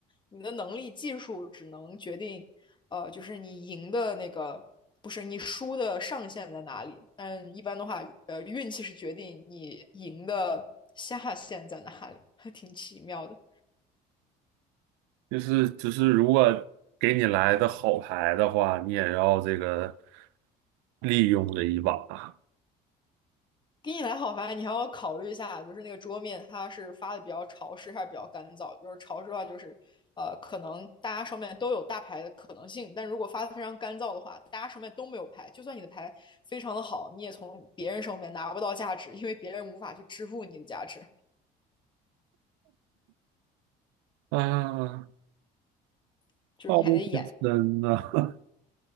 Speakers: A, on the left; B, on the right.
A: 你的能力、技术只能决定，呃，就是你赢的那个，不是你输的上限在哪里。但一般的话，呃，运气是决定你赢的下限在哪里，还挺奇妙的。
B: 就是就是如果给你来的好牌的话，你也要这个利用这一把
A: 给你来好牌，你还要考虑一下，就是那个桌面它是发的比较潮湿还是比较干燥。就是潮湿的话，就是呃，可能大家上面都有大牌的可能性，但如果发的非常干燥的话，大家上面都没有牌，就算你的牌非常的好，你也从别人手里面拿不到价值，因为别人无法去支付你的价值，
B: 啊，
A: <laughs> 就是你还得演
B: 套路挺深呐、<laughs>